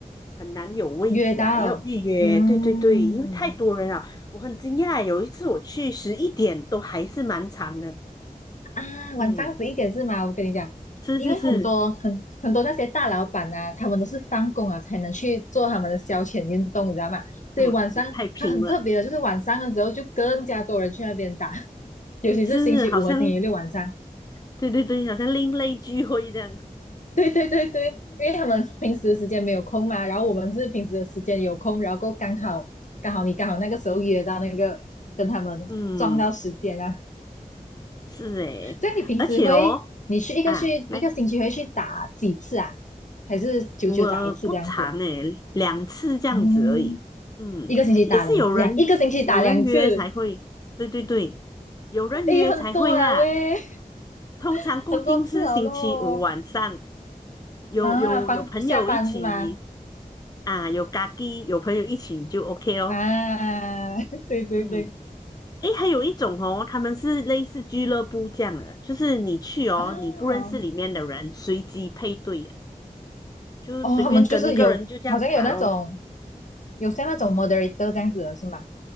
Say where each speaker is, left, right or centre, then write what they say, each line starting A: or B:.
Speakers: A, on the left; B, on the left.
A: 很难有位置啊，
B: 约到，
A: 要预约。
B: 嗯
A: 对对对，因为太多人了，我很惊讶。有一次我去十一点都还是蛮长的。
B: 啊，
A: 嗯，
B: 晚上十一点是吗？我跟你讲，
A: 是是是，
B: 因为很多很很多那些大老板啊，他们都是放工啊才能去做他们的消遣运动，你知道吗？所以晚上他很特别的，
A: 哇，也太拼了。
B: 就是晚上的时候就更加多人去那边打，<laughs> 尤其是星期五和星期六晚上。
A: 是好像对对对，好像另类聚会这样。
B: <laughs> 对对对对，因为他们平时的时间没有空嘛，然后我们是平时的时间有空，然后够刚好刚好你刚好那个时候约到那个跟他们撞到时间啊。
A: 嗯，是诶，
B: 所以你平时会，
A: 而且哦，
B: 你去一个去一个星期会去打几次啊？
A: 啊，来，
B: 还是久久打一次这样子？
A: 我不长诶，两次这样子而已。
B: 嗯，
A: 嗯，
B: 一个星期打两两，
A: 也是有人有人约才会，
B: 一个星期打两次，
A: 对对对，有人约才会啦。
B: 诶，很多啊喂，
A: 通常固定是星期五晚上，
B: 很多次啊咯。
A: 有有有朋友一起
B: 啊，放下班是吗？
A: 啊，有咖喱，有朋友一起就 OK 哦。
B: 啊，<laughs> 对对对，
A: 嗯。诶，还有一种哦，他们是类似俱乐部这样的，就是你去哦，
B: 啊，
A: 你不认识里面的人，随机配对的，就是随便跟一个人就这样打咯。
B: 哦，他们就是有，好像有那种有像那种 moderator 这样子的是吗？